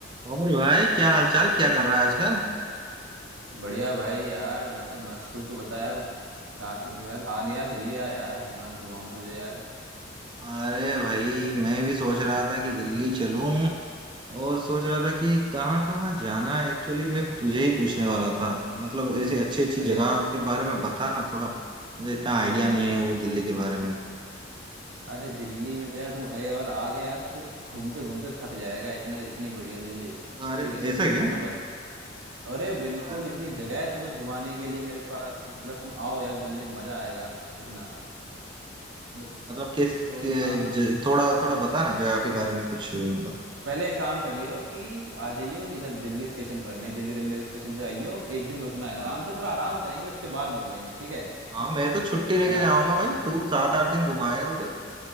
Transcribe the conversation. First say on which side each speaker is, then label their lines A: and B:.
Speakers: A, on the right; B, on the right.
A: और भाई क्या हालचाल क्या कर रहा है आजकल
B: बढ़िया भाई यार मैं तो मस्त हूँ तू बता यार कहाँ यार आ नहीं यार दिल्ली आ यार घुमा घुमाऊँ तुझे यार
A: अरे भाई मैं भी सोच रहा था कि दिल्ली चलूं और सोच रहा था कि कहाँ कहाँ जाना है एक्चुअली मैं तुझे ही पूछने वाला था मतलब ऐसे अच्छी अच्छी
B: अरे
A: जगह के बारे में बता ना थोड़ा मुझे इतना आइडिया नहीं है वो दिल्ली के बारे में
B: अरे दिल्ली में तो यार तुम ए, और आ गए यार तो घूमते घूमते थक जाएगा इतना इतनी बढ़िया दिल्ली
A: अरे
B: ठीक है
A: ऐसा है क्या
B: तुम्हें बता अरे बिल्कुल
A: अरे,
B: इतनी जगह है तुम्हें घुमाने के लिए मेरे पास बस तुम आओ यार दिल्ली मज़ा आएगा इतना ब-
A: मतलब किस
B: तो
A: के,
B: एक काम
A: ज,
B: क-
A: थोड़ा थोड़ा बता ना जगह के बारे में कुछ बता
B: पहले एक काम कर रही हो कि आ जाइयो इधर दिल्ली स्टेशन पर नई दिल्ली रेलवे स्टेशन से आइयो एक दिन रुकना है
A: हाँ
B: आराम से थोड़ा आराम करेंगे उसके बाद निकलेंगे ठीक है
A: हाँ मैं तो छुट्टी लेके
B: है ना
A: जाऊंगा भाई तू सात आठ दिन घुमाएगा उधर